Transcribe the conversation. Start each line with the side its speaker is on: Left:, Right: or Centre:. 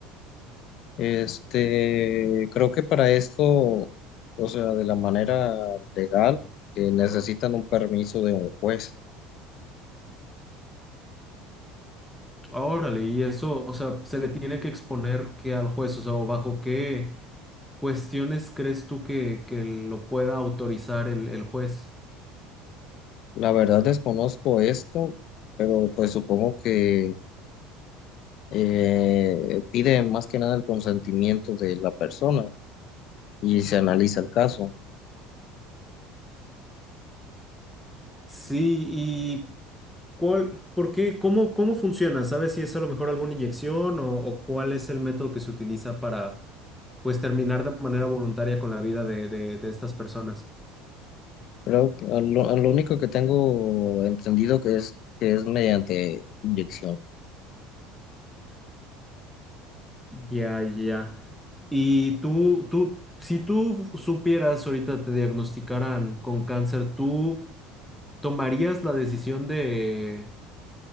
Left: Este, creo que para esto, o sea, de la manera legal, eh, necesitan un permiso de un juez.
Centre: Órale, y eso, o sea, se le tiene que exponer que al juez, o sea, o bajo qué cuestiones crees tú que, que lo pueda autorizar el, el juez.
Left: La verdad desconozco esto, pero pues supongo que eh, piden más que nada el consentimiento de la persona y se analiza el caso.
Centre: Sí, y ¿cuál, por qué, cómo, cómo funciona? ¿Sabes si es a lo mejor alguna inyección o, o cuál es el método que se utiliza para, pues, terminar de manera voluntaria con la vida de, de, de estas personas?
Left: Creo que a lo, a lo único que tengo entendido que es que es mediante inyección.
Centre: Ya, ya. Y tú, tú, si tú supieras ahorita te diagnosticaran con cáncer, ¿tú ¿Tomarías la decisión de,